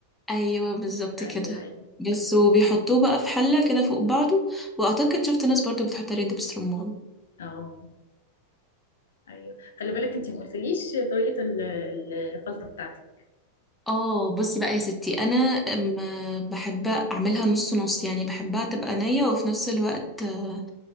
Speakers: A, in the centre; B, on the left (about 65°).
A: ايوه بالظبط
B: ايوه
A: كده
B: ايوه
A: بس وبيحطوه بقى في حله كده فوق بعضه واعتقد شفت ناس برضو بتحط عليه دبس رمان
B: اه ايوه خلي بالك انت ما قلتليش طريقة ال- الخلطة بتاعتك
A: اه بصي بقى يا ستي انا ما بحب اعملها نص نص يعني بحبها تبقى نيه وفي نفس الوقت آه،